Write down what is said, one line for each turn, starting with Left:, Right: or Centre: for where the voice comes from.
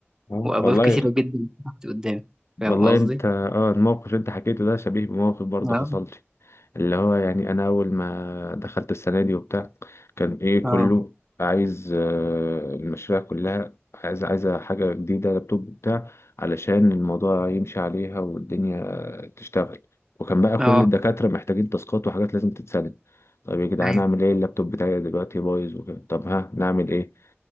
Left: اه
Right: وأبواب
Left: والله
Right: كتيرة جدا فتحت قدامي فاهم
Left: والله
Right: قصدي؟
Left: انت اه الموقف اللي انت حكيته ده شبيه بموقف برضه
Right: اه
Left: حصل لي اللي هو يعني انا اول ما دخلت السنه دي وبتاع كان ايه
Right: اه
Left: كله عايز آه، المشاريع كلها عايز عايزه حاجه جديده لابتوب بتاع علشان الموضوع يمشي عليها والدنيا تشتغل وكان بقى كل
Right: اه
Left: الدكاتره محتاجين تاسكات وحاجات لازم تتسلم طب يا جدعان
Right: ايوه
Left: اعمل ايه اللابتوب بتاعي دلوقتي بايظ وكده طب ها نعمل ايه